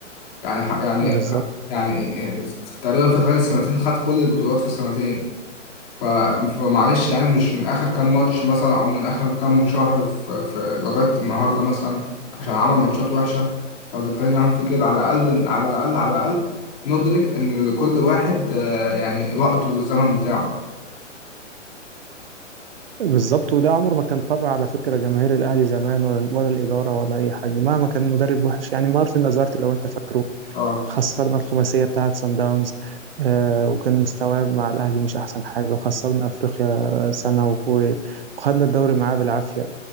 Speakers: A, on the left; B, on the right.
A: يعني ح- يعني
B: بالظبط
A: يعني تقريبا في خلال سنتين خد كل البطولات في السنتين ف- فمعلش يعني مش من اخر كام ماتش مثلا او من اخر كام شهر في, في لغايه النهارده مثلا عشان عمل ماتشات وحشه فبالتالي نعمل فيه كده على الاقل على الاقل على الاقل ندرك ان لكل واحد آه، يعني وقته والزمن بتاعه
B: بالظبط وده عمره ما كان طبع على فكرة جماهير الأهلي زمان ولا ولا الإدارة ولا أي حاجة مهما كان مدرب وحش يعني مارتن لازارت لو أنت فاكره
A: اه
B: خسرنا الخماسية بتاعة سان داونز آه وكان مستواه مع الأهلي مش أحسن حاجة وخسرنا أفريقيا سنة و- وخدنا الدوري معاه بالعافية